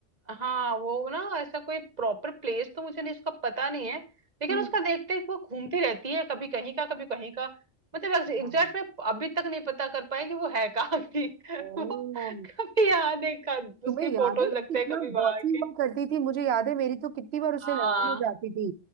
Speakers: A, on the right (about 35°); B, on the right (about 60°).
A: हाँ वो ना ऐसा कोई प्रॉपर प्लेस तो मुझे नहीं इसका पता नहीं है लेकिन
B: हम्म।
A: उसका देखते हैं कि वो घूमती रहती है कभी कहीं का कभी कहीं का मतलब एग्जैक्ट
B: हाँ।
A: में अभी तक नहीं पता कर पाए कि वो है कहाँ की <laughs>
B: ओह
A: वो कभी यहाँ देखा
B: तुम्हें
A: उसकी
B: याद
A: फोटोज
B: है मैं
A: लगते
B: कितना
A: हैं कभी वहां
B: बॉसी
A: की
B: हुआ करती थी मुझे याद है मेरी तो कितनी बार उससे
A: हाँ
B: लड़ाई हो जाती थी